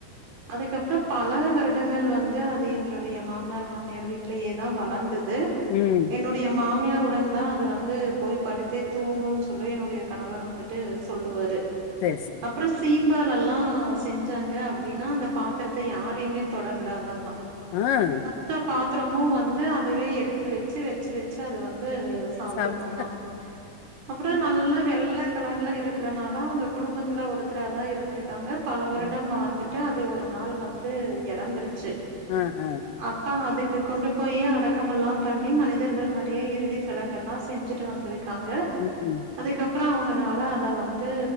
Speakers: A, on the right; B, on the left.
A: அதுக்கப்பறோ பல வருடங்கள் வந்து அது எங்களுடைய மாமனார் மாமியார் வீட்டலயே தா வளந்தது
B: ம்
A: என்னுடைய மாமியார் உடன் தா அது வந்து போய் படுத்தே தூங்குன்னு சொல்லி என்னுடைய கணவர் வந்துட்டு சொல்லுவாரு
B: சேர் சேர்
A: அப்பறோ சீம்பாலல்லா செஞ்சாங்க அப்டினா அந்த பாத்தரத்த யாரையுமே தொட விடாதாமா
B: அ
A: மொத்த பாத்தரமு வந்து அதுவே எடுத்து வச்சு வச் வச்சு வச்சு அது வந்து சாப்டுமாமா
B: சாப்ட்டு
A: அப்பறோ நல்ல வெள்ள கலர்ல இருக்கறனால அவுங்க குடும்பத்துல ஒருத்தராதா இருந்திருக்காங்க பல வருடம்
B: ம்
A: வாழ்ந்து ட்டு அது ஒரு நாள் வந்து எறந்துருச்சு
B: அ ஹ
A: அப்பா அதுக்கு கொண்டு போயே அடக்கமல்லாம் பண்ணி மனிதர்கள் மரியே இறுதி சடங்கல்லா செஞ்சுட்டு வந்துருக்காங்க
B: ம்
A: அதுக்கப்பறோ அவங்கனால அத வந்து